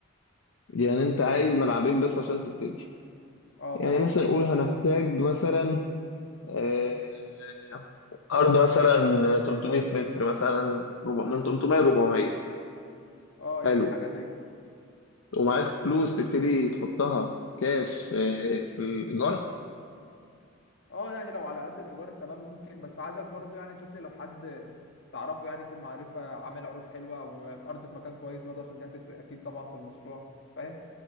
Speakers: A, on the left; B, on the left.
A: يعني انت عايز ملعبين بس عشان تبتدي
B: اه
A: يعني
B: ملعبين
A: مثلا
B: بس
A: نقول
B: للبدايه
A: هنحتاج مثلا آه، أرض مثلا 300 متر مثلا ربع- من 300 ل 400
B: اه يعني
A: حلو
B: حاجه زي كده
A: ومعاك فلوس تبتدي تحطها كاش آه، في الإيجار
B: اه يعني لو على قد الايجار تمام ممكن بس عايزك برضو يعني تشوف لي لو حد تعرفه يعني يكون معرفة عامل عروض حلوة والارض في مكان كويس برضو عشان دي هتفرق اكيد طبعا في المشروع فاهم